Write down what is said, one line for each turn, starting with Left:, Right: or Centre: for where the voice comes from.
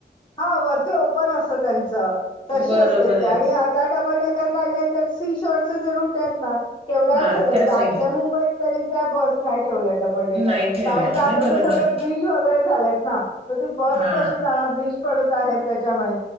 Left: हा वरती ओपन असत त्यांचं तशी
Right: बरोबर
Left: असते ती
Right: आहे
Left: आणि आता डबल डेकर काढल्या सीशरूट आहेत ना तेवढ्या
Right: हा
Left: म्हणजे.
Right: त्या साईडला
Left: <unintelligible> मुंबईत तरी त्या बस नाही ठेवल्या तर
Right: नाही ठेवल्या
Left: कारण का
Right: आणि
Left: आता
Right: बरोबर
Left: ते सगळे
Right: आहे
Left: ब्रिज वगैरे झालेत ना तर ती बस
Right: हा
Left: कशी जा ब्रिज डत आहेत त्याच्यामुळे